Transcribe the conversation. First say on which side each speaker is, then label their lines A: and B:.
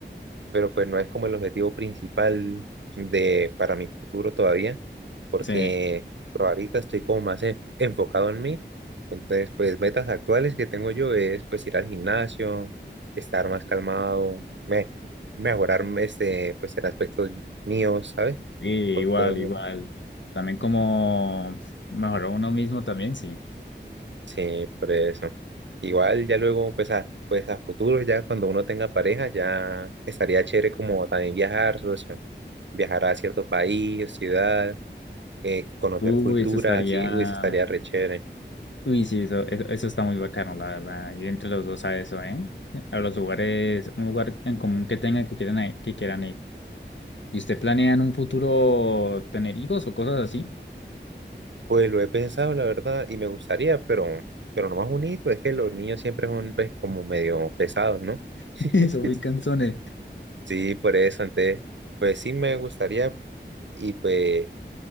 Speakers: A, on the right; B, on the left.
A: pero pues no es como el objetivo principal de para mi futuro todavía, porque
B: Sí,
A: pues, ahorita estoy como más en- enfocado en mí. Entonces, pues metas actuales que tengo yo es pues ir al gimnasio, estar más calmado, me, mejorar este, pues en aspectos míos, ¿sabes?
B: Sí, igual,
A: Pues, cosas
B: igual.
A: mías.
B: También como mejorar uno mismo también, sí.
A: Sí, por eso. Igual ya luego, pues a, pues a futuro, ya cuando uno tenga pareja, ya estaría chévere como también viajar, socio, viajar a cierto país, o ciudad, eh, conocer
B: Uy,
A: culturas,
B: eso estaría.
A: así, uy, eso estaría re chévere.
B: Uy, sí, eso, eso, eso está muy bacano, la verdad. Ir entre los dos a eso, ¿eh? A los lugares, un lugar en común que tengan que quieran, a- que quieran ir. ¿Y usted planea en un futuro tener hijos o cosas así?
A: Pues lo he pensado, la verdad, y me gustaría, pero, pero lo más bonito es que los niños siempre son pues, como medio pesados, ¿no? <laughs>
B: <laughs> Eso, muy canzones.
A: Sí, por eso, entonces, pues sí me gustaría y pues